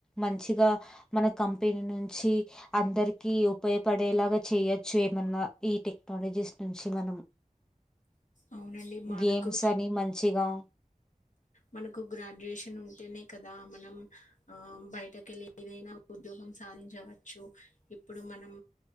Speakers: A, in the centre; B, on the left (about 65°).
A: మంచిగా మన కంపెనీ నుంచి అందరికి ఉపయోగపడేలాగా చేయొచ్చు ఏమన్నా ఈ టెక్నాలజీస్ నుంచి మనం
B: అవునండి మనకు
A: గేమ్స్ అని మంచిగా
B: మనకు గ్రాడ్యుయేషన్ ఉంటేనే కదా కద మనం ఆ బయటక వెళ్ళ ఏదైనా ఉద్యోగం సాధించవచ్చు ఇప్పుడు మనం